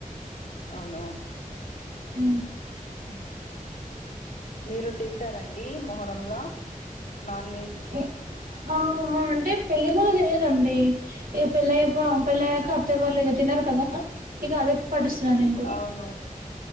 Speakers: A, on the left; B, on the right.
A: అవునా
B: ఉమ్మ్
A: మ్మ్ఉమ్మ్ మీరు తిం టారండి మొహరంలా నాన్ వెజ్
B: ఎ ఆ ఆ అంటే పెళ్లి <unintelligible> లేదండి ఇగ పెళ్ళైయ్య పోం పెళ్ళి అయ్యాక అత్తయ్య వాళ్ళు ఇగ తినరు కదా ఇగ అదే పాటిస్తున్నాను నేను కూడా.
A: అవును